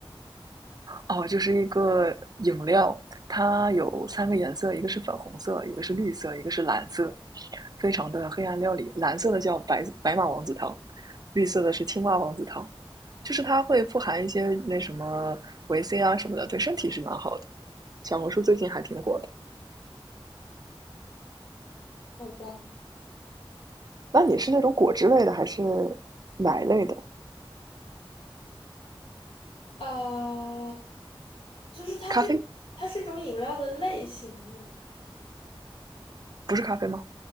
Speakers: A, on the right (about 45°); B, on the left (about 75°).
A: 哦，就是一个饮料，它有三个颜色，一个是粉红色，一个是绿色，一个是蓝色，非常的黑暗料理。蓝色的叫白白马王子汤，绿色的是青蛙王子汤，就是它会富含一些那什么维 C 啊什么的，对身体是蛮好的。小红书最近还挺火的。
B: 好吧，
A: 那你是那种果汁类的还是奶类的？
B: 啊、就是它是它是一种饮料的类型，
A: 咖啡不是咖啡吗？